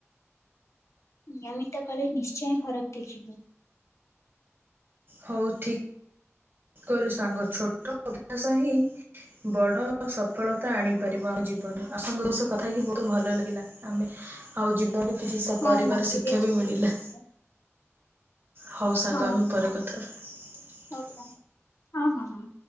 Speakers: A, on the left; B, on the right.
A: ନିୟମିତ କଲେ ନିଶ୍ଚୟ ଫରକ ଦେଖିବୁ।
B: ହଉ ଠିକ କହିଲୁ ସାଙ୍ଗ ଛୋଟ ଅଭ୍ୟାସ ହିଁ ବଡ ସଫଳତା ଆଣିପାରିବ ଆମ ଜୀବନରେ ଆପଣଙ୍କ ସହ କଥା ହେଇକି ବହୁତ ଭଲ ଲାଗିଲା ଆମେ ଆଉ ଜୀବନରେ କିଛି ସ
A: ହଁ
B: କରିବାର
A: ମତେ
B: ଶିକ୍ଷା
A: ଆଜି
B: ବି ମିଳିଲା।
A: ବହୁତ
B: ହଉ ସାଙ୍ଗ
A: ହଁ
B: ଆମେ ପରେ କଥା ହବା।
A: ହଉ ସାଙ୍ଗ ହଁ ହଁ ହଁ।